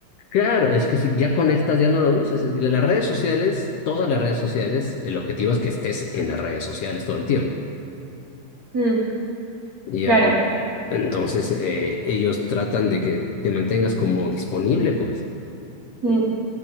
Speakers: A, on the left; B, on the right.
A: Claro, es que si ya conectas, ya no lo uses. Es que Las redes sociales, todas las redes sociales, el objetivo es que estés en las redes sociales todo el tiempo.
B: Mm,
A: Y ya,
B: claro.
A: en- entonces eh, ellos tratan de que te mantengas como disponible, pues.
B: Mm.